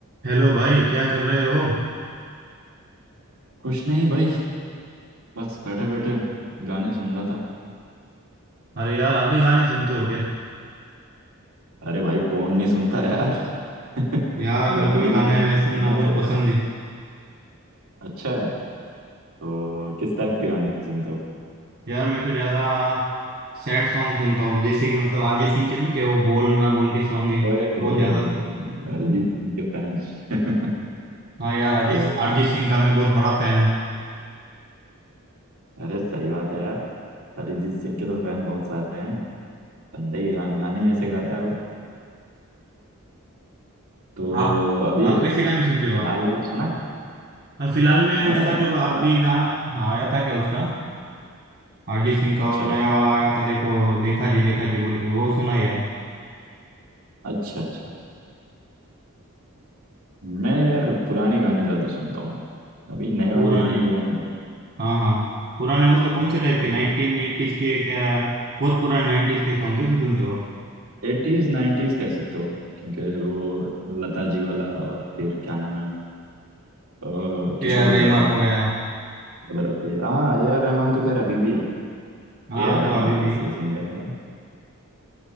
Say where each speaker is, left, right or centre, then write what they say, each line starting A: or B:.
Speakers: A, on the right (about 45°); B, on the right (about 80°).
A: Hello भाई क्या कर रहे हो
B: कुछ नहीं भाई बस बैठे बैठे गाने सुन रहा था
A: अरे यार आप भी गाने सुनते हो क्या
B: अरे भाई कौन नहीं सुनता यार <laughs>
A: यार मेरे
B: गाने
A: को भी गाने
B: के बिना
A: सुनना
B: जीना
A: बहुत
B: कैसा
A: पसंद
B: है?
A: है
B: अच्छा तो किस टाइप के गाने सुनते हो
A: यार मैं तो ज़्यादा सैड सॉन्ग सुनता हूँ जैसे कि मतलब अरिजीत सिंह के नहीं कि वो बोल ना बोल के सॉन्ग है
B: ओए ओए
A: बहुत ज़्यादा
B: ओए
A: सुन
B: ओए, अरिजीत सिंह के फैन <laughs>
A: हाँ यार अरिजीत
B: तो
A: अरिजीत सिंह का मैं बहुत बड़ा फैन हूँ
B: अरे सही बात है यार अरिजीत सिंह के तो फैन बहुत सारे हैं बंदे ही गान, गाने ही ऐसे गाता है वो तो
A: आप
B: अभी
A: आप कैसे गाने सुनते हो
B: फिलहाल
A: आप
B: में कुछ सुना है
A: हाँ, फिलहाल में
B: मैं
A: उसका जो आप
B: पुराना
A: भी गाना हाँ आया था क्या उसका अरिजीत सिंह का
B: अच्छा
A: वो नया वाला आया था देखो देखा जी देखा जी बोल के वो सुना है यार
B: अच्छा अच्छा मैं यार पुराने गाने ज्यादा सुनता हूँ अभी नए वाले
A: पूरा
B: गाने जो है ना
A: हाँ हाँ हाँ। पुराने मतलब कौन से टाइप के
B: तो
A: नाइनटीन एटीज के क्या बहुत पुराने नाइनटीज के सॉन्ग कैसे सुनते हो
B: एटीज नाइन्टीज कह सकते हो क्योंकि वो लता जी वाला और फिर क्या नाम है अ, किशोर
A: ए आर रहमान
B: दा
A: हो गया
B: वगैरह थे हाँ ए आर रहमान तो खैर अभी भी है
A: हाँ
B: ए आर
A: वो
B: रहमान
A: तो अभी
B: बहुत
A: भी
B: सही सिंगर है यार